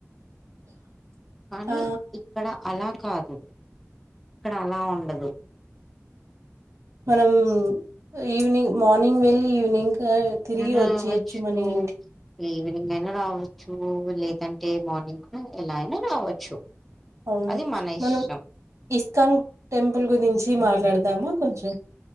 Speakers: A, in the centre; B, on the right.
A: కానీ
B: ఆ
A: ఇక్కడ అల కాదు ఇక్కడ అల ఉండదు
B: మనం ఈవినింగ్ మార్నింగ్ వెళ్లి ఈవినింగ్ అ తిరిగి
A: రావచ్చు
B: వచ్చేయొచ్చు మనింటి
A: ఈవినింగ్ అయినా రావచ్చు లేదంటే మార్నింగ్ కూడ ఎలా అయినా రావచ్చు
B: అవును
A: అది మన
B: మనం
A: ఇష్టం.
B: ఇస్కాన్ టెంపుల్ గురించి మాట్లాడ దమ కొంచం